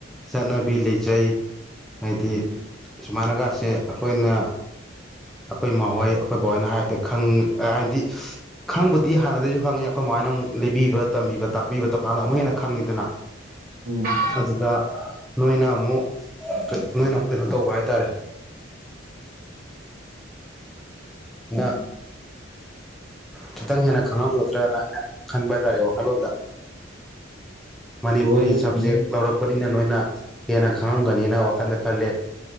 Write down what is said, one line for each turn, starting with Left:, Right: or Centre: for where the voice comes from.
Centre: ꯆꯠꯅꯕꯤ ꯂꯩꯖꯩ ꯍꯥꯏꯗꯤ
Right: ꯎꯝ
Centre: ꯁꯨꯃꯥꯏꯅꯒꯥꯁꯦ ꯑꯩꯈꯣꯏꯅ ꯑꯩꯈꯣꯏ ꯃꯈꯣꯏ ꯑꯩꯈꯣꯏ ꯕꯕꯥꯣꯏꯅ ꯍꯥꯏꯕꯗ ꯈꯪ ꯍꯥꯏꯗꯤ ꯈꯪꯕꯨꯗꯤ ꯍꯥꯟꯅꯗꯩꯁꯨ ꯈꯪꯉꯤ ꯑꯩꯈꯣꯏ ꯃꯃꯥꯏꯅ ꯑꯃꯨꯛ ꯂꯤꯕꯤꯕ ꯇꯝꯕꯤꯕ ꯇꯥꯛꯄꯤꯕ ꯇꯧꯀꯥꯟꯗ ꯑꯃꯨꯛ ꯍꯦꯟꯅ ꯈꯪꯉꯤꯗꯅ <inaudible>
Right: ꯎꯝ
Centre: ꯑꯗꯨꯗ ꯅꯣꯏꯅ ꯑꯃꯨꯛ ꯅꯣꯏꯅ ꯑꯃꯨꯛ ꯀꯩꯅꯣ ꯇꯧꯕ ꯍꯥꯏꯇꯥꯔꯦ ꯅ ꯈꯤꯇꯪ ꯍꯦꯟꯅ ꯈꯪꯉꯝꯒꯗ꯭ꯔꯅ ꯑꯩꯅ ꯈꯟꯕ ꯍꯥꯏ ꯇꯥꯔꯦ ꯋꯥꯈꯜꯂꯣꯟꯗ ꯃꯅꯤꯄꯨꯔꯤ
Right: ꯍꯣꯏ
Centre: ꯁꯕꯖꯦꯛ ꯂꯧꯔꯛꯄꯅꯤꯅ ꯅꯣꯏꯅ ꯍꯦꯟꯅ ꯈꯪꯉꯝꯒꯅꯤꯅ ꯋꯥꯈꯜꯗ ꯈꯜꯂꯦ